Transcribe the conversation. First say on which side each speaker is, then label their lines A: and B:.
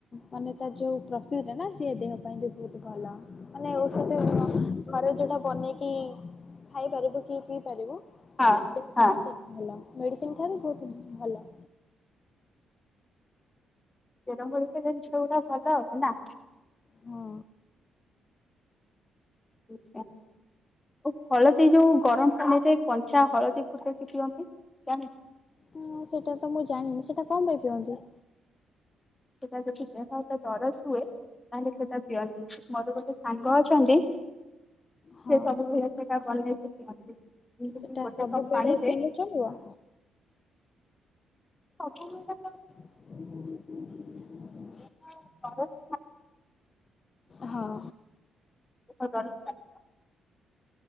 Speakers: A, on the left; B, on the left.
A: ମାନେ ତା ଯୋଉ ପ୍ରସ୍ତୁତ ଥିଲା ନା ସି ଦେହ ପାଇଁ ବି ବହୁତ ଭଲ। ମାନେ ଔଷଧୀୟ ଗୁଣ ଘର ଯୋଟା ବନେଇକି ଖାଇପାରିବୁ କି ପିଇପାରିବୁ
B: ହଁ
A: ଦେହ
B: ହଁ
A: ପାଇଁ ସେଇଟା ଭଲ ମେଡ଼ିସିନ ଠାରୁ ବହୁତ ଭଲ।
B: ତେରମୂଳିକା ଯଦି ଯୋଉଟା ଭଲ ହବ ନା।
A: ହଁ।
B: ଆଚ୍ଛା। ଓ ହଳଦୀ ଯୋଉ ଗରମ ପାଣିରେ କଞ୍ଚା ହଳଦୀ ଫୁଟେଇକି ଦିଅନ୍ତି ଜାଣିଛ
A: ହଁ ସେଇଟା ତ ମୁଁ ଜାଣିନି ସେଇଟା କଣ ପାଇଁ ପିଅନ୍ତି?
B: ସେଟା ଯଦି ଦେହହାତ ଦରଜ ହୁଏ। ତାହେଲେ ସେଟା ପିଅନ୍ତି ମୋର ଗୋଟେ ସାଙ୍ଗ ଅଛନ୍ତି।
A: ହଁ
B: ସିଏ ସବୁବେଳେ ସେଟା ବନେଇକି ପିଅନ୍ତି। ଏମିତି
A: ସେଟା
B: ଗୋଟେ
A: ସବୁବେଳେ
B: କପ୍ ପାଣିରେ
A: ପିଇଲେ ଚଳିବ?
B: ସବୁବେଳେ ତ
A: ହ
B: <unintelligible>
A: ହଁ।
B: <unintelligible>